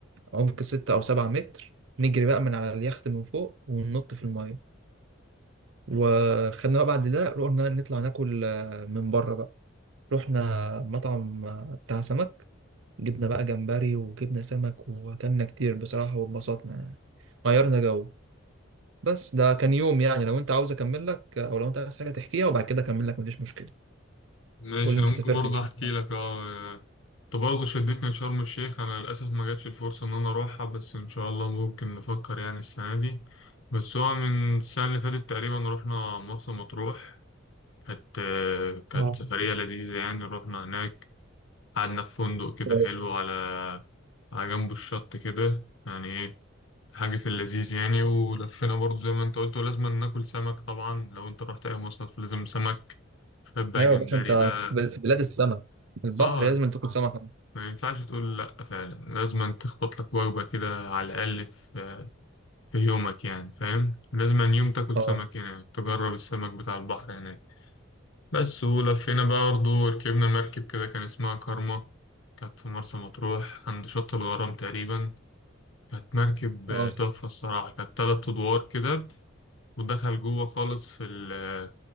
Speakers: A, on the right; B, on the left.
A: عمق ستة أو سبعة متر نجري بقى من على اليخت من فوق وننط في المية وخدنا بقى بعد ده رحنا نطلع ناكل آه، من بره بقى رحنا مطعم آه، بتاع سمك جبنا بقى جمبري وجبنا سمك وأكلنا كتير بصراحة واتبسطنا يعني غيرنا جو بس ده كان يوم يعني لو انت عاوز اكمل لك آه، او لو انت عايز حاجه تحكيها وبعد كده اكمل لك مفيش مشكله
B: ماشي
A: قول لي
B: انا
A: انت
B: ممكن
A: سافرت
B: برضه
A: فين
B: احكي لك اه انت برضه شدتني لشرم الشيخ انا للاسف ما جاتش الفرصه ان انا اروحها بس ان شاء الله ممكن نفكر يعني السنه دي بس هو من السنه اللي فاتت تقريبا رحنا مرسى مطروح كانت آه، كانت
A: اه
B: سفريه لذيذه يعني رحنا هناك قعدنا في فندق كده
A: ايوه
B: حلو على على جنب الشط كده يعني ايه حاجة في اللذيذ يعني ولفينا برضه زي ما انت قلت ولازم ناكل سمك طبعا لو انت رحت اي مصيف لازم سمك شوية بقى
A: يا
B: جمبري
A: باشا انت في
B: بقى
A: بل- في بلاد السمك البحر
B: اه
A: لازم تاكل سمك
B: ما ينفعش تقول لأ فعلا لازم تخبط لك وجبة كده على الأقل في في يومك يعني فاهم لازم يوم تاكل
A: اه
B: سمك هناك تجرب السمك بتاع البحر هناك بس ولفينا بقى برضه وركبنا مركب كده كان اسمها كارما كانت في مرسى مطروح عند شط الغرام تقريبا كانت مركب آه،
A: اه
B: تحفة الصراحة كانت تلات أدوار كده ودخل جوه خالص في ال- آه،